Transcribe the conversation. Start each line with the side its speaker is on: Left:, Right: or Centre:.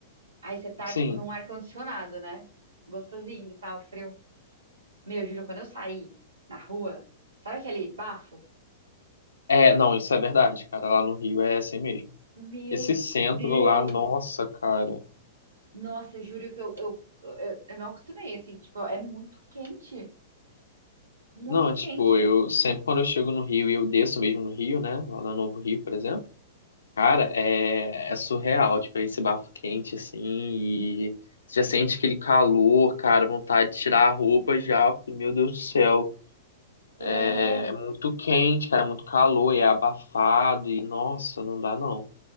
Right: aí você tá,
Left: sim.
Right: tipo, num ar-condicionado, né? Gostosinho e tal, frio. Meu, juro, quando eu saí na rua, sabe aquele bafo?
Left: É, não, isso é verdade, cara. Lá no Rio é assim mesmo.
Right: Meu
Left: Esse centro
Right: Deus!
Left: lá, nossa, cara.
Right: Nossa, juro que eu, eu, eu, eu não acostumei, assim, tipo, é muito quente, muito
Left: Não, tipo,
Right: quente.
Left: eu sempre quando eu chego no Rio e eu desço mesmo no Rio, né? Lá no Novo Rio, por exemplo. Cara, é, é surreal, tipo, esse bafo quente, assim, e você já sente aquele calor, cara, vontade de tirar a roupa já, porque, meu Deus do céu,
Right: É,
Left: é, é muito quente, cara, é muito calor, e é abafado, e, nossa, não dá não.